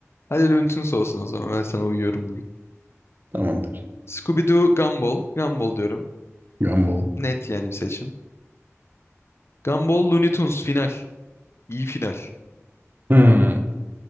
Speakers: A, on the left; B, on the right.
A: Hadi Loon'tons olsun o zaman. Ben sana uyuyorum bugün.
B: Tamamdır.
A: Scooby-Doo, Gumball. Gumball diyorum.
B: Gumball.
A: Net yani bir seçim. Gumball, Looney Tunes final. İyi final.
B: Hmm.